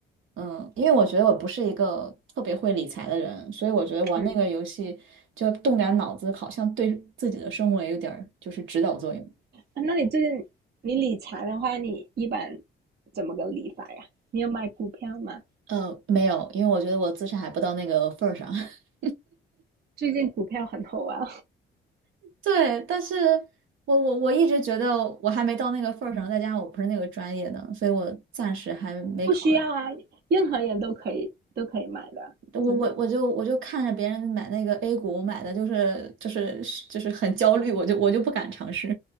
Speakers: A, on the right; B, on the right.
A: 嗯，因为我觉得我不是一个特别会理财的人，所以我觉得玩那个游戏就要动点脑子，
B: 嗯。
A: 好像对自己的生活也有点儿就是指导作用。
B: 啊那你最近你理财的话，你一般怎么个理法呀？你有买股票吗？
A: 呃，没有，因为我觉得我资产还不到那个份儿上。<laughs>
B: 最近股票很火啊，
A: 对，但是我我我一直觉得我还没到那个份儿上，
B: <laughs> 嗯，
A: 再加上我不是那个专业的，所以我暂时还没考虑。
B: 不需要啊，任何人都可以都可以买的，
A: 我我我就我就看着别人买那个
B: 真的。
A: A 股买的，就是就是就是很焦虑，我就我就不敢尝试。